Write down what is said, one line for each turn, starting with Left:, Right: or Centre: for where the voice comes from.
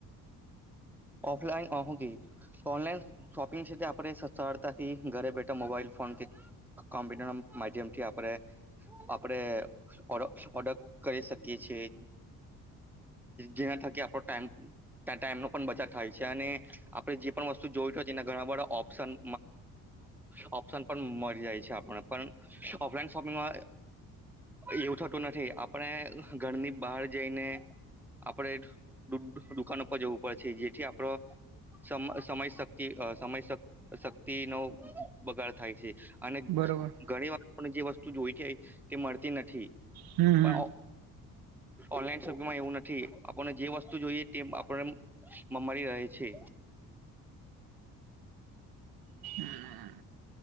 Centre: ઓફલાઈન ઓનલાઈન શોપિંગ છે, તે આપણે સરળતાથી ઘરે બેઠા મોબાઈલ ફોન કે કમ્પ્યુટર ના માધ્યમથી આપણે આપણે ઓર્ડર કરી શકીએ છીએ, જેના થકી આપ ટાઈમનો પણ બચી થાય છે, અને આપે જે પણ વસ્તુ જોય હોય એ ઘણા બધા ઓપ્શન ઓપ્શન પણ મળી જાય છે. આપ પણ ઓફલાઈન શોપિંગમાં એવું થતું નથી, આપણે ઘરની બહાર જઈને આપણે દુકાનો પર જવું પડે. થી આપણો સમ સમય શક્તિ, સમય શક્તિ નો બગાડ થાય છે. અને
Right: બરોબર
Centre: ઘણી વાર જે વસ્તુ જોઈએ છે તે મળતી નથી.
Right: હમ, હમ.
Centre: પણ ઓનલાઈન શોપિંગમાં એવું નથી, આપણને જે વસ્તુ જોઈએ તે આપણે મળી રહે છે.
Right: હમ.